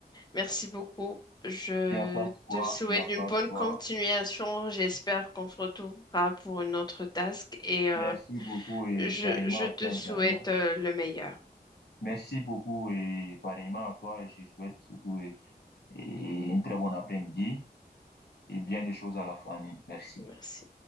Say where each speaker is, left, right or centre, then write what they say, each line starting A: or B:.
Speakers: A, on the left (about 25°); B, on the left (about 80°).
A: Merci beaucoup. Je
B: Il n'y a pas de quoi,
A: te souhaite
B: il n'y a pas
A: une bonne
B: de quoi.
A: continuation. J'espère qu'on se retrouvera pour une autre task et euh,
B: Merci beaucoup et
A: je,
B: pareillement
A: je
B: à
A: te
B: toi
A: souhaite
B: également.
A: euh, le meilleur.
B: Merci beaucoup et pareillement à toi et je souhaite surtout et- et une très bon après-midi et bien des choses à la famille. Merci.
A: Merci.